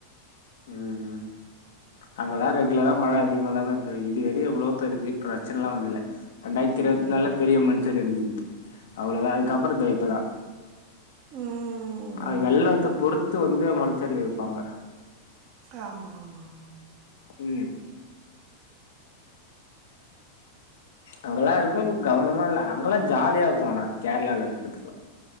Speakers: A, on the left; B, on the right.
A: ம் ம் அங்கல்லா ரெகு லரா மழ அதிகமா தா மேம் பெ இதுவரையு எவ்ளோ பேருக்கு பிரச்சனல்லா வந்தில்ல ரெண்டாய்ர்த்தி இருவத்
B: ம்
A: நால்ள பெரிய மண்சரிவு இருந்தது அவ்ளோதா அதுக்கப்றோ தோ இப்பதா
B: ம்
A: மழ வெள்ளத்த பொறுத்து வந்து மண்ச்சரியவப்பாங்க
B: ஆமாமாமா
A: ம் அங்கெல்லாருக்கு கவனமால்ல அங்கெல்லா ஜாலியாருக்கு ஆனா கேர்ளால இருக்கற்துலா